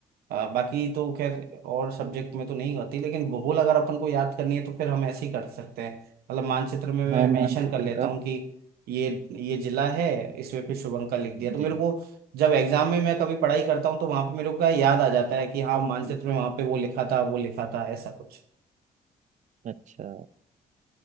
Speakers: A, on the right; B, on the right.
A: अ, बाकी तो खैर और सब्जेक्ट में तो नहीं होती लेकिन भूगोल अगर अपन को याद करनी है तो फिर हम ऐसे ही कर सकते हैं मतलब मानचित्र में मैं
B: हाँ
A: मेंशन
B: मानचित्र
A: कर लेता
B: का
A: हूँ कि ये ये जिला है इसमें फिर शुभंकर लिख दिया तो मेरे
B: जी
A: को जब एग्जाम में मैं कभी पढ़ाई करता हूँ तो वहां पे मेरे को क्या याद आ जाता है कि हाँ मानचित्र में वहां पे वो लिखा था वो लिखा था ऐसा कुछ
B: अच्छा